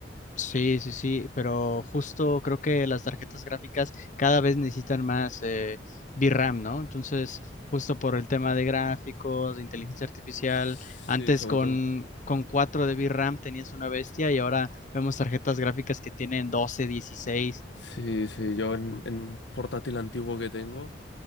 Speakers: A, on the left; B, on the left.
A: Sí, sí, sí, pero justo creo que las tarjetas gráficas cada vez necesitan más eh, VRAM, ¿no? Entonces, justo por el tema de gráficos, de inteligencia artificial,
B: Sí,
A: antes
B: sobre
A: con,
B: todo.
A: con 4 de VRAM tenías una bestia y ahora vemos tarjetas gráficas que tienen 12, 16.
B: Sí, sí, yo en, en un portátil antiguo que tengo